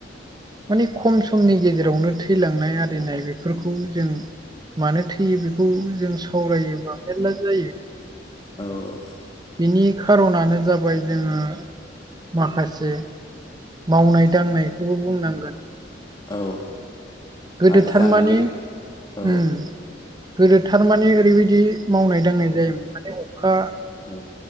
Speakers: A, on the right; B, on the left.
A: माने खम समनि गेजेरावनो थैलांनाय आरिनाय बेफोरखौ जों मानो थैयो बेखौ जों सावरायोबा मेरला जायो।
B: औ।
A: बिनि खार'नानो जाबाय जोङो माखासे मावनाय दांनायखौबो बुंनां ओम
B: औ
A: गोदो
B: आरो
A: थारमानि
B: जानाय लों औ
A: ओम। गोदो थारमाने ओरैबायदि मावनाय दांनाय जायोमोन माने अखा
B: अ